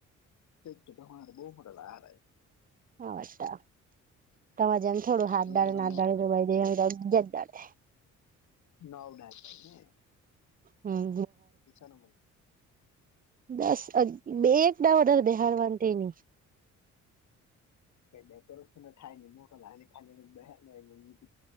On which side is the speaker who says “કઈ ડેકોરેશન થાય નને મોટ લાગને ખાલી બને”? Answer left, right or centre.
Left